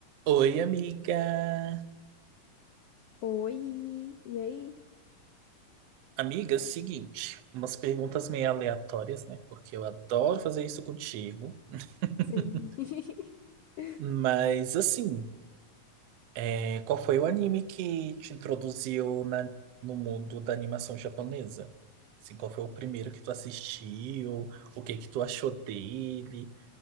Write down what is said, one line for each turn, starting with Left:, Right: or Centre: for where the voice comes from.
Right: Oi, amiga.
Left: Oi, e aí?
Right: Amiga, é o seguinte, umas perguntas meio aleatórias, né? Porque eu adoro fazer isso contigo. <laughs>
Left: Sim. <laughs>
Right: Mas, assim, é, qual foi o anime que te introduziu na- no mundo da animação japonesa? Assim, qual foi o primeiro que tu assistiu? O que que tu achou dele?